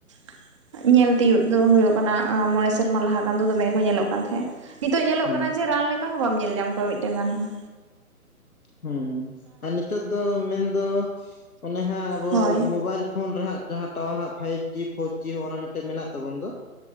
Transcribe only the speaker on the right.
᱾ ᱧᱮᱞ ᱛᱤᱭᱳᱜ ᱫᱚ ᱦᱩᱭᱩᱜ ᱠᱟᱱᱟ ᱢᱚᱬᱮ ᱥᱮᱨᱢᱟ ᱞᱟᱦᱟ ᱜᱟᱱ ᱫᱚ ᱫᱚᱢᱮ ᱜᱮᱠᱚ ᱧᱮᱞᱚᱜ ᱠᱟᱱ ᱛᱟᱦᱮᱸᱫ-ᱟ᱾ ᱱᱤᱛᱚᱜ ᱧᱮᱞᱚᱜ
ᱠᱟᱱᱟ ᱡᱮ ᱨᱟᱱ ᱞᱮᱠᱟ ᱦᱚᱸ ᱵᱟᱢ ᱧᱮᱞ ᱧᱟᱢ ᱠᱚᱣᱟ ᱢᱤᱫᱴᱟᱝ ᱜᱟᱱ ᱦᱚᱸ᱾
ᱦᱳᱭ